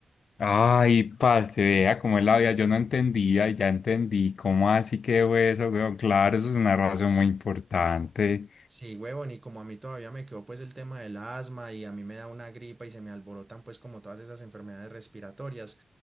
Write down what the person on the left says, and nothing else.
Ay, parce, vea cómo es la vida. Yo no entendía y ya entendí. ¿Cómo así quedó eso, weón? Claro, eso es una razón muy importante.